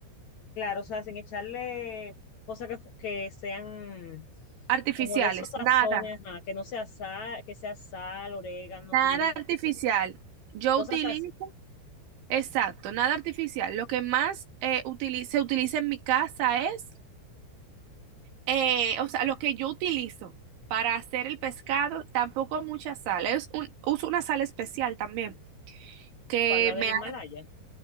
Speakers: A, on the left (about 55°); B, on the right (about 85°).
A: claro, o sea, sin echarle cosas que, que sean
B: Artificiales,
A: como de esos sazones,
B: nada,
A: ajá, que no sea sal, que sea sal, orégano,
B: nada
A: pimienta,
B: artificial.
A: cosas,
B: Yo
A: cosas
B: utilizo,
A: así.
B: exacto, nada artificial. Lo que más eh, utili- se utiliza en mi casa es, eh, o sea, lo que yo utilizo para hacer el pescado, tampoco mucha sal, es un, uso una sal especial también que
A: ¿Cuál la del
B: me
A: Himalaya?